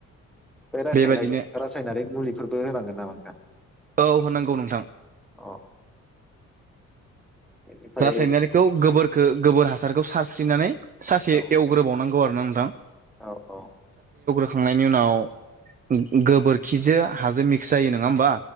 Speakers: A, in the centre; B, on the right.
A: बे रासनाक-रासायनारिक
B: बेबायदिनो
A: मुलिफोरबो होनांगोन नामा नोंथां?
B: औ होनांगौ नोंथां।
A: अ बेनिफ्राय
B: रासायनारिखौ गोबोरखो गोबोर हासारखौ सारस्रिनानै सानसे
A: औ
B: एवग्रोबावनांग गौ आरो ना नोंथां।
A: औ औ।
B: खांनायनि उनाव गोबोरखिजों हाजो मिक्स जायोना। नङा होनबा